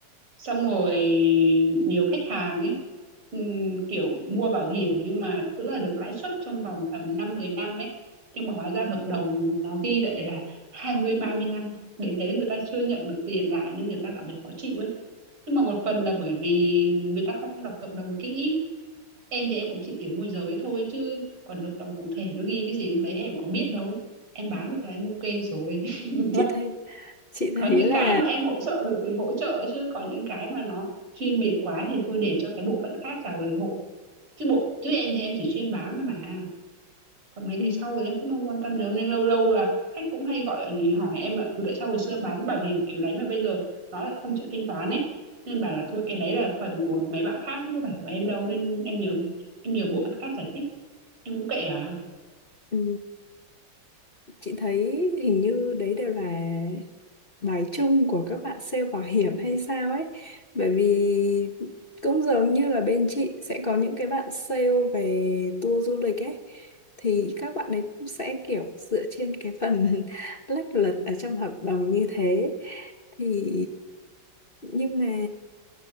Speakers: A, on the right; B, on the left.
A: xong rồi nhiều khách hàng ấy ừm, kiểu mua bảo hiểm nhưng mà tức là được lãi suất trong vòng tầm 5 10 năm ấy nhưng mà hóa ra hợp đồng nó ghi lại là hai mươi ba mươi năm đến đấy người ta chưa nhận được tiền lại nên người ta cảm thấy khó chịu ấy nhưng mà một phần là bởi vì người ta không đọc hợp đồng kỹ em thì em cũng chỉ kiểu môi giới thôi chứ còn hợp đồng cụ thể nó ghi cái gì trong đấy em có biết đâu em bán được là em ok rồi <laughs>
B: Chị thấy chị
A: có
B: thấy
A: những
B: là
A: cái mà em hỗ trợ được thì hỗ trợ chứ có những cái mà nó chuyên biệt quá thì thôi để cho cái bộ phận khác trả lời hộ chứ bộ chứ em thì em chỉ chuyên bán thôi mà còn mấy
B: ừ,
A: cái sau thì em cũng không quan tâm nhiều nên lâu lâu là khách cũng hay gọi ừ, hỏi em là "Ừ, tại sao hồi xưa bán bảo hiểm kiểu đấy mà bây giờ nó lại không chịu thanh toán ấy nên bảo là thôi cái đấy là phần của mấy bạn khác chứ có phải của em đâu nên em nhờ em nhờ bộ phận khác giải thích em cũng kệ à
B: ừ, chị thấy hình như đấy đều là bài chung của các bạn sale bảo hiểm hay sao ấy. Bởi vì cũng giống như là bên chị sẽ có những cái bạn sale về tour du lịch ấy thì các bạn ấy cũng sẽ kiểu dựa trên cái phần <laughs> lách luật ở trong hợp đồng như thế thì nhưng mà